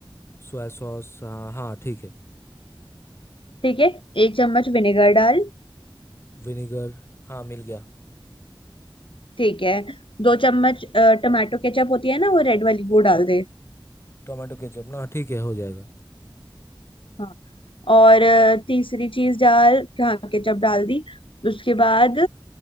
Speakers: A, on the left; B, on the left.
A: सोया सॉस हाँ हाँ ठीक है
B: ठीक है एक चम्मच विनेगर डाल
A: विनेगर हाँ मिल गया
B: ठीक है दो चम्मच अ, टमाटो केचप होती है ना वो रेड वाली वो डाल दे
A: टोमेटो केचप ना ठीक है हो जाएगा
B: हाँ और अ, तीसरी चीज डाल ढाक के जब डाल दी उसके बाद